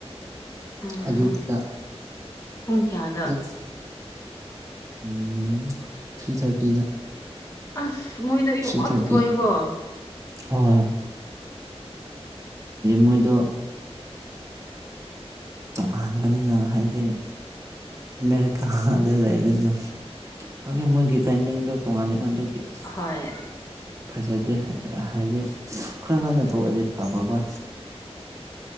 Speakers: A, on the left (about 30°); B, on the right (about 30°).
A: ꯎꯝ
B: ꯑꯌꯨꯛꯇ
A: ꯄꯨꯡ ꯀꯌꯥꯗ
B: ꯗꯦꯠ ꯎꯝ ꯊ꯭ꯔꯤ ꯊꯥꯔꯇꯤꯗ
A: ꯑꯁ ꯃꯣꯏꯗꯣ ꯑꯌꯨꯛ
B: ꯊ꯭ꯔꯤ
A: ꯉꯥꯛꯇ
B: ꯊꯥꯔꯇꯤ
A: ꯊꯣꯛꯑꯦꯀꯣ
B: ꯍꯣꯏ ꯃꯣꯏꯗꯣ ꯇꯣꯉꯥꯟꯕꯅꯤꯅ ꯍꯥꯏꯗꯤ ꯑꯃꯦꯔꯤꯀꯥꯗ ꯂꯩꯕꯅꯤꯅ ꯈꯪꯗꯦ ꯃꯣꯏꯒꯤ ꯇꯥꯏꯃꯤꯡꯗꯣ ꯇꯣꯉꯥꯜꯂꯦꯅ ꯑꯗꯨꯒꯤ ꯑꯁ
A: ꯍꯣꯏ
B: ꯐꯖꯗꯦ ꯍꯥꯏ ꯍꯥꯏꯗꯤ ꯈꯔ ꯉꯟꯅ ꯊꯣꯛꯑꯗꯤ ꯐꯕ ꯒꯣ